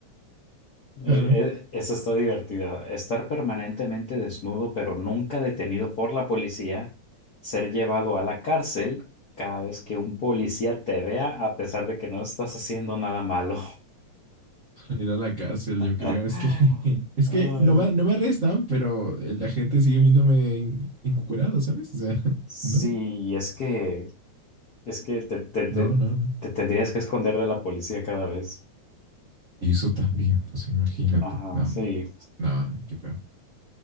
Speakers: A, on the right (about 55°); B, on the left (about 70°).
A: Claro,
B: Eh, eh, esa está divertida. Estar permanentemente desnudo, pero nunca detenido por la policía, ser llevado a la cárcel cada vez que un policía te vea, a pesar de que no estás haciendo nada malo.
A: ir a la cárcel,
B: <laughs>
A: yo creo. Es que, <laughs> es
B: Ay,
A: que no me, no me arrestan, pero la gente sigue viéndome encurado, ¿sabes? O sea, <laughs>
B: sí,
A: no,
B: es que es que te, te, te,
A: no, no, no.
B: te tendrías que esconder de la policía cada vez.
A: Y eso también, o sea, imagínate.
B: Ajá,
A: No,
B: sí,
A: hombre. No, qué feo.